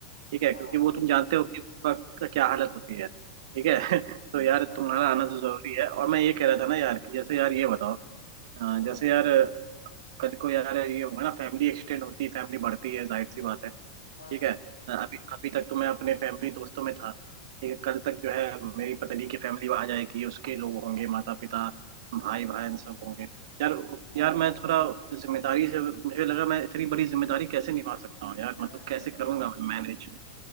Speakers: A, on the right; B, on the left.
A: ठीक है
B: हाँ
A: क्योंकि वो तुम जानते हो कि उस वक्त का क्या हालत होती है ठीक है <laughs> तो यार
B: हाँ
A: तुम्हारा आना तो जरूरी है और मैं ये कह रहा था ना यार कि जैसे यार ये बताओ अ,
B: हाँ
A: जैसे
B: हाँ
A: यार कल को यार ये होगा ना फैमिली एक्सटेंड होती है फैमिली बढ़ती है जाहिर सी बात है ठीक
B: हाँ
A: है अभी अभी तक तो मैं अपने फैमिली दोस्तों में था ठीक है कल तक जो है मेरी पतली की फैमिली आ जाएगी उसके लोग होंगे माता पिता भाई बहन सब होंगे यार यार मैं थोड़ा जिम्मेदारी से मुझे लगा मैं इतनी बड़ी जिम्मेदारी कैसे निभा सकता हूँ यार
B: यार
A: मतलब
B: <laughs>
A: कैसे करूंगा मैं मैनेज